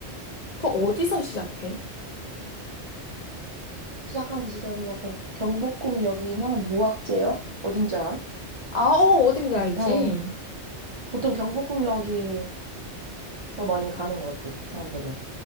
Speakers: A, on the left (about 45°); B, on the right (about 40°).
A: 그거 어디서 시작해?
B: 시작한 지점이 약간 경복궁역이나 무악재역? 어딘지 알아?
A: 아, 어, 어딘지 알지?
B: 응, 보통 경복궁역에서 많이 가는 것 같아, 사람들이.